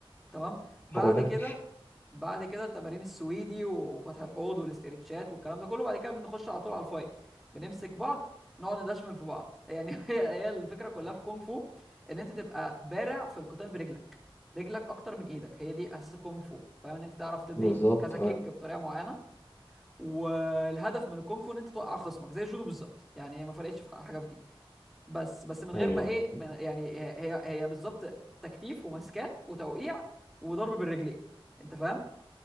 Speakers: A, in the centre; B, on the left.
A: تمام بعد
B: الحر ده
A: كده بعد كده التمارين السويدي وفتح الحوض والاسترتشات والكلام ده كله بعد كده بنخش على طول على الفايت بنمسك بعض نقعد ندشمل في بعض <laughs> يعني هي هي الفكره كلها
B: <laughs>
A: في الكونغ فو ان انت تبقى بارع في القتال برجلك رجلك اكتر من ايدك هي دي اساس الكونغ فو فاهم ان انت تعرف تدي
B: بالظبط
A: كذا
B: آه،
A: كيك بطريقه معينه والهدف من الكونغ فو ان انت توقع خصمك زي الجودو بالظبط يعني ما فرقتش في حاجه في دي بس بس من
B: ايوه
A: غير ما ايه من يعني هي هي هي بالظبط تكتيف ومسكات وتوقيع وضرب بالرجلين انت فاهم